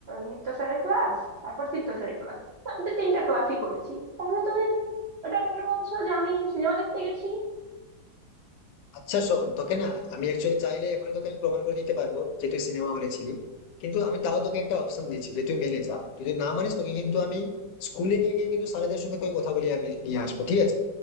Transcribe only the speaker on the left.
আচ্ছা শোন তোকে না আমি অ্যাকচুয়ালি চাইলে এখন তোকে আমি প্রমাণ করে দিতে পারবো যে তুই সিনেমা হলে ছিলি কিন্তু আমি তাও তোকে একটা অপশন দিচ্ছি যে তুই মেনে যা তুই যদি না মানিস তোকে কিন্তু আমি স্কুলে নিয়ে গিয়ে কিন্তু স্যারেদের সঙ্গে তোকে কথা বলিয়ে আমি নিয়ে আসবো ঠিক আছে